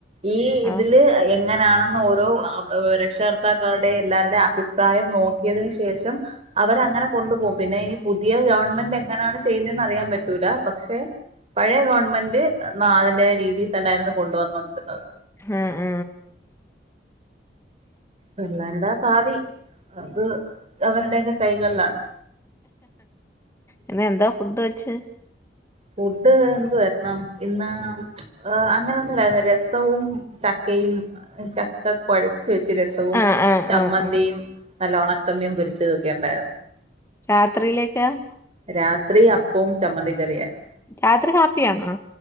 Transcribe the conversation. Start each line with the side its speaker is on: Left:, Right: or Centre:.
Right: ഈ ഇതില്
Left: ആ
Right: എങ്ങനാണ് ന്ന് ഓരോ അ ഏ രക്ഷകർത്താക്കൾടെ എല്ലാരുടെ അഭിപ്രായം നോക്കിയതിന് ശേഷം അവരങ്ങനെ കൊണ്ടുപോഉം പിന്നെ ഇനി പുതിയ ഗവൺമെന്റ് എങ്ങനാണ് ചെയ്ന്നെന്ന് അറിയാൻ പറ്റൂല പക്ഷെ പഴയ ഗവൺമെന്റ് ന അതിന്റെയ രീതീ തന്നെആയിരുന്നു കൊണ്ടു വന്നോണ്ടിരുന്നത്
Left: അ അ
Right: പിള്ളേരുടെ ഭാവി അത് അവരുടെക്കെ കൈകൾലാണ്
Left: ഇന്നെന്താ ഫുഡ് വെച്ച്?
Right: ഫുഡ് എന്തുവാര്ന്നം ഇന്ന് അ അങ്ങനൊന്നു നേരെ രസവും ചക്കയും ചക്കകൊയ ച് വെച്ച് രസവും
Left: ആ ആ
Right: ച്ചമ്മന്തിയും
Left: ആ ആ
Right: നല്ല ഉണക്കമീൻമ്പൊരിച്ചതൊക്കെയു ണ്ടായിരുന്നു
Left: രാത്രിയിലേക്കാ?
Right: രാത്രി അപ്പവും ചമ്മന്തി കറിയായിരുന്നു
Left: രാത്രി കാപ്പിയാണോ?